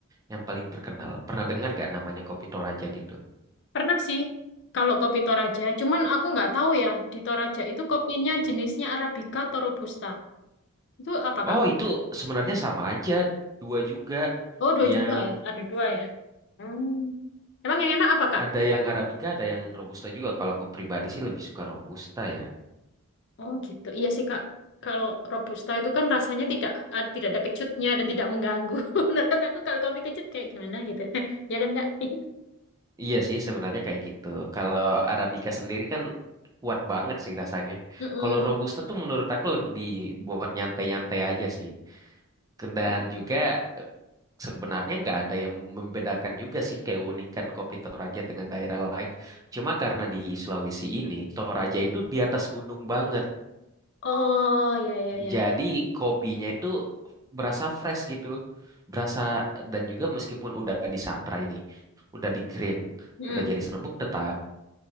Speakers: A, on the right; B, on the left.
A: yang paling terkenal. Pernah dengar nggak namanya kopi Toraja gitu?
B: Pernah sih, kalau kopi Toraja. Cuman aku nggak tahu ya, di Toraja itu kopinya jenisnya Arabica atau Robusta. Itu apa Kak?
A: Oh, itu sebenarnya sama aja, dua juga.
B: Oh, dua
A: Yang
B: juga ya? Ada dua ya? Hmm. Emang yang enak apa Kak?
A: ada yang Arabica, ada yang Robusta juga. Kalau aku pribadi sih lebih suka Robusta ya.
B: Oh gitu. Iya sih Kak. Kalau robusta itu kan rasanya tidak ad- tidak ada kecutnya dan tidak mengganggu. <laughs> Menurut aku kalau kopi kecut kayak gimana gitu. <laughs> Ya kan Kak? <laughs>
A: Iya sih sebenarnya kayak gitu. Kalau Arabica sendiri kan kuat banget sih rasanya.
B: Mm-mm.
A: Kalau Robusta tuh menurut aku lebih buat nyantai-nyantai aja sih. Dan
B: Mm-mm.
A: juga sebenarnya nggak ada yang membedakan juga sih keunikan kopi Toraja dengan daerah lain. Cuma karena di Sulawesi ini Toraja itu di atas gunung banget.
B: Oh ya ya ya.
A: Jadi kopinya itu berasa fresh gitu. Berasa dan juga meskipun udah disangrai ini, udah di green,
B: Mm-mm.
A: udah jadi serbuk tetap